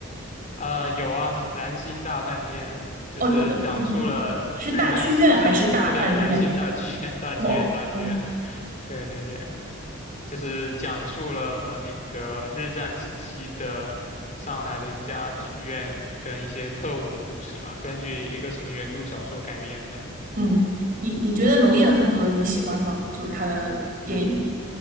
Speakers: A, on the left; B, on the right.
A: 呃，有啊，《蓝星大饭店》就是讲述了日战时期，
B: 哦，不不不，是大剧院还是大饭店？
A: 呃，对，蓝星大剧院，大剧院，
B: 哦哦，
A: 大剧院，<laughs> 对对对，就是讲述了那个日战时期的上海的一家剧院跟一些特务的故事吧，根据一个什么原著小说改编的。
B: 嗯，你你觉得娄烨的风格你喜欢吗？就是他的电影。